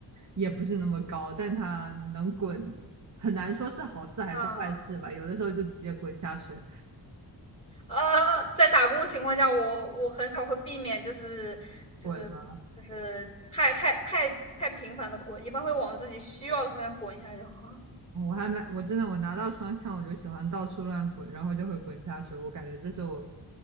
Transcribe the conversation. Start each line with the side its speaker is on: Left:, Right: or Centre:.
Right: 也不是那么高，但他能滚，很难说是好事还是坏事吧。
Left: 啊。
Right: 有的时候就直接滚下水，
Left: 呃，在打工情况下，我我很少会避免，就是就是就是太太太太频繁的滚，
Right: 滚嘛。
Left: 一般会往自己需要的方向滚一下就好。<laughs>
Right: 我还蛮，我真的我拿到双枪我就喜欢到处乱滚，然后就会滚下水。我感觉这是我